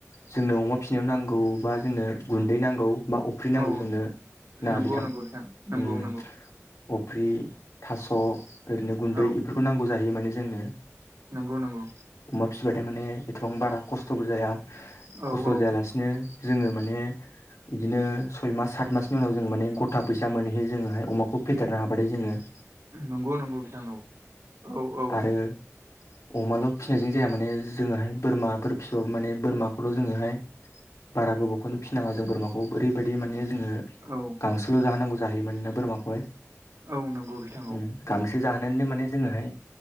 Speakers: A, on the left; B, on the right.
A: जोंनो अमा फिसिनायाव नांगौ बा जोंनो गुन्दै नांगौ बा अफ्रि नांगौ
B: औ
A: जोंनो ना
B: नंगौ
A: बिथां,
B: नंगौ नंगौ
A: उम
B: नंगौ
A: अफ्रि थास' ओरैनो गुन्दै
B: औ
A: बेफोरखौ नांगौ जाहैयो माने जोंनो।
B: नंगौ नंगौ
A: अमा फिसिबथाय माने एथबां बारा खस्थ'बो जाया
B: औ
A: खस्थ'
B: औ
A: जायालासि नो जोङो माने इदिनो सय मास, सात मासनि उनाव जों माने ग था फैसा मोनहैयो जोङोहाय अमाखौ फेदेरनो हाबाथाय जोङो।
B: नंगौ नंगौ बिथां औ औ औ
A: आरो अमाल' फिसिनायजों जाया माने जोङोहाय बोरमाफोर फिसिबाबो माने बोरमाखौथ' जोङोहाय बारा गोबावखौनो फिनाङा जों बोरमाखौ ओरैबाय दि माने जोङो
B: औ
A: गांसोल' जाहोनांगौ जाहैयो मानेना बोरमाखौहाय।
B: औ नंगौ बिथां
A: उम
B: औ
A: गांसो जाहोनानैनो माने जोङोहाय